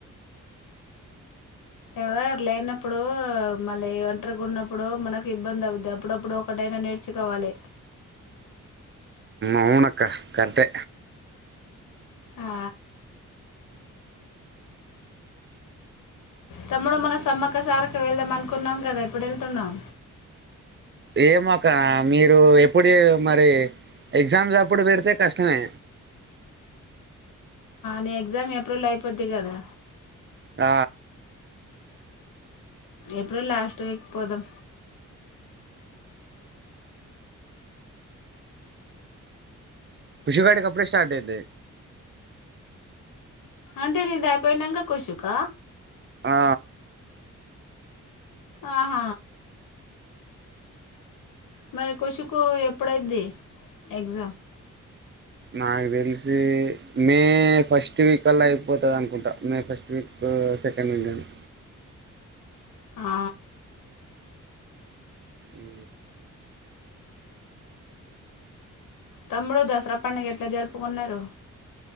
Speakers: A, on the left; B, on the right.
A: ఎవరు లేనప్పుడు, మళ్ళీ ఒంటరిగా ఉన్నప్పుడు మనకు ఇబ్బంది అవుద్ది అప్పుడప్పుడు ఒకటైనా నేర్చుకోవాలి
B: అవున అక్క కరట్టే
A: ఆ తమ్ముడు మనం సమ్మక్క సారకు వెళ్దాం అనుకున్నాం కదా, ఇప్పుడు వెళ్తున్నాం
B: ఏమ క ఒక మీరు ఎప్పుడు మరి ఎగ్జామ్స్ అప్పుడు పెడితే కష్టమే
A: నే ఎగ్జామ్ ఏప్రిల్ అయిపోద్ది కదా
B: ఆ
A: ఏప్రిల్ లాస్ట్ వీక్ పోదాం
B: కృషుగాడి కప్పుడే స్టార్ట్ అయింది
A: అంటే నేంత అయిపోయినాక కొషక
B: ఆ
A: ఆ హ మరి కొషుకు ఎప్పుడైది ఎగ్జామ్
B: నాకు తెలిసి మే ఫస్ట్ వీక్ అల్లా అయిపోతుంది అనుకుంటా మే ఫస్ట్ వీక్ సెకండ్ వీక్ని
A: ఆ
B: ఉ
A: తమ్ముడు దసరా పండుగ ఎట్లా జరుపుకున్నారు